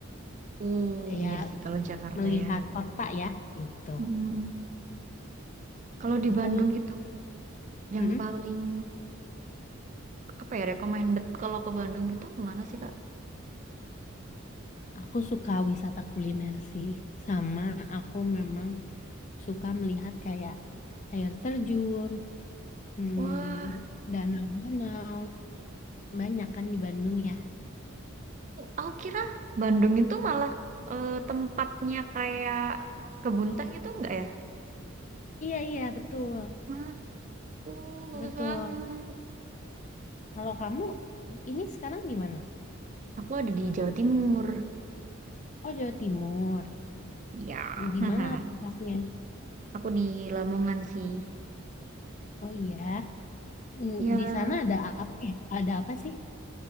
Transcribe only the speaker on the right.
Oh
iya sih kalau Jakarta
ya.
Mm-mm. Kalau di
Bandung gitu, yang
paling apa ya recommended kalau ke Bandung gitu kemana sih Kak?
Wah,
aku kira Bandung itu malah eh, tempatnya kayak kebun teh gitu enggak ya?
Nah, uh,
bagus banget.
Aku ada di Jawa Timur.
Ya,
<laughs>
aku di Lamongan sih.
Ya,